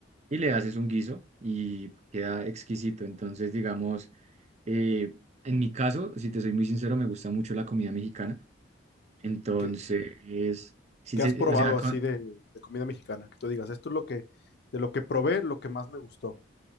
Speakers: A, on the right (about 35°); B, on the left (about 55°).
A: y le haces un guiso y queda exquisito. Entonces, digamos, eh, en mi caso, si te soy muy sincero, me gusta mucho la comida mexicana. Entonces,
B: ¿Qué,
A: sí,
B: ¿Qué
A: se-
B: has probado
A: o sea,
B: así
A: cua-
B: de, de comida mexicana? Que tú digas, esto es lo que, de lo que probé, lo que más me gustó.